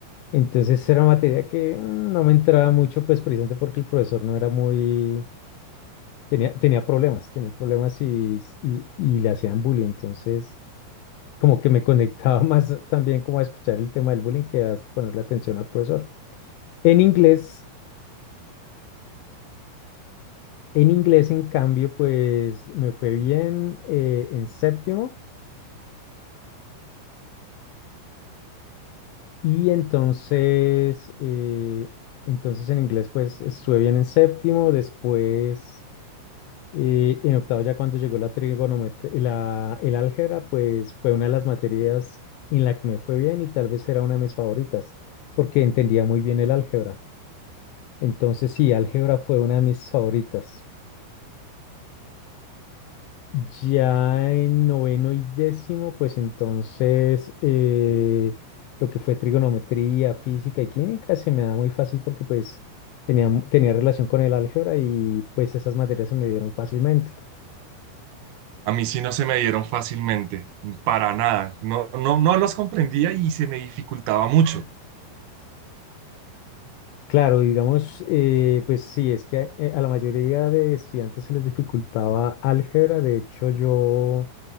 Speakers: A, on the left (about 85°); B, on the right (about 85°).
A: Entonces era materia que mm, no me entraba mucho, pues precisamente porque el profesor no era muy... Tenía, tenía problemas, tenía problemas y, y, y le hacían bullying. Entonces como que me conectaba <laughs> más también como a escuchar el tema del bullying que a ponerle atención al profesor. En inglés... En inglés, en cambio, pues me fue bien eh, en séptimo y entonces, eh, entonces en inglés pues estuve bien en séptimo, después eh, en octavo ya cuando llegó la trigonometría, la, el álgebra, pues fue una de las materias en la que me fue bien y tal vez era una de mis favoritas porque entendía muy bien el álgebra. Entonces sí, álgebra fue una de mis favoritas. Ya en noveno y décimo, pues entonces eh, lo que fue trigonometría, física y química se me da muy fácil porque pues tenía, mu- tenía relación con el álgebra y pues esas materias se me dieron fácilmente.
B: A mí sí no se me dieron fácilmente, para nada. No, no, no los comprendía y se me dificultaba mucho.
A: Claro, y digamos, eh, pues sí, es que eh, a la mayoría de estudiantes se les dificultaba álgebra. De hecho, yo